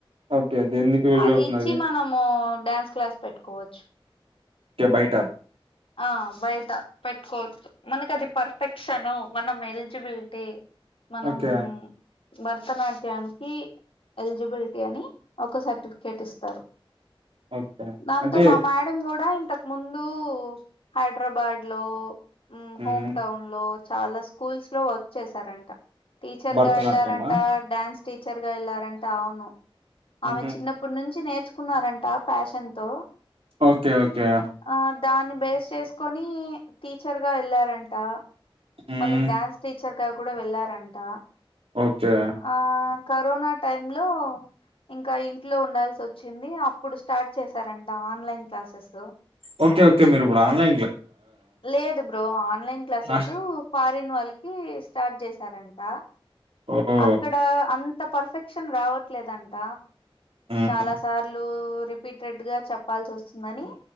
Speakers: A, on the right; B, on the left.
A: ఓకే. దేనికి యూజ్
B: అది
A: అవుతున్నది?
B: ఇచ్చి మనము డ్యాన్స్ క్లాస్ పెట్టుకోవచ్చు
A: టే బయటా
B: ఆ బయట పెట్టుకోవచ్చు మనకది పర్ఫెక్షన్ మనం ఎలిజిబిలిటీ మనం
A: ఓకే.
B: భరతనాట్యానికి ఎలిజిబిలిటీ అని ఒక సర్టిఫికేట్ ఇస్తారు
A: ఓకే.
B: దాన్తో
A: అంటే
B: మా మ్యాడం గుడా ఇంతక్ ముందు హైడ్రాబాడ్ లో
A: హ్మ్.
B: హోమ్ టౌన్ లో చాలా స్కూల్స్ లో వర్క్ చేసారంట టీచర్గా
A: భరతనాట్యమా?
B: వెళ్లారంట డ్యాన్స్ టీచర్గా ఎళ్లారంటే అవును
A: హుహు.
B: ఆమె చిన్నప్పుడు నుంచి నేర్ చ్చుకున్నారంట ప్యాషన్ తో
A: ఓకే. ఓకే.
B: ఆ దాన్ని బేస్ చేసుకొని టీచర్ గా వెళ్ళారంట
A: హ్మ్.
B: మల్లి డ్యాన్స్ టీచర్ గా కూడా వెళ్ళారంట
A: ఓకే.
B: ఆ కరోనా టైం లో ఇంకా ఇంట్లో ఉండాల్సచ్చింది అప్పుడు స్టార్ట్ చేశారంట ఆన్లైన్ క్లాసెస్
A: ఓకే ఓకే మీరు ఇప్పుడు ఆన్లైన్
B: లేదు బ్రో ఆన్లైన్ క్లాసెస్
A: ఆ!
B: ఫారన్ వాళ్ కి స్టార్ట్ చేసారంట
A: ఓహో!
B: అక్కడ అం ంత పర్ఫెక్షన్ రావట్లేదంట
A: హ్మ్.
B: చాలా సార్లు ఓ రిపీటెడ్ గా చెప్పాల్సి వస్తుంది అనీ